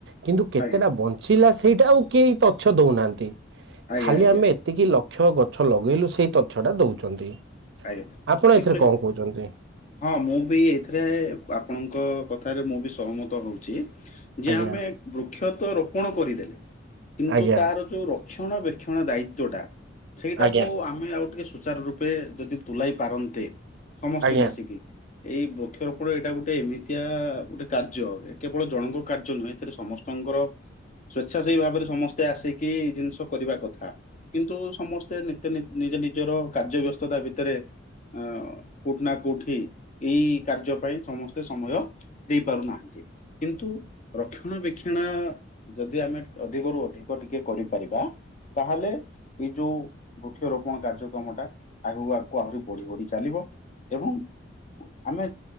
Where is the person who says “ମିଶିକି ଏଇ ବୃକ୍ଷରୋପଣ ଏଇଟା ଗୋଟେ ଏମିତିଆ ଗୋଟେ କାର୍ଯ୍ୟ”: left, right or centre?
Left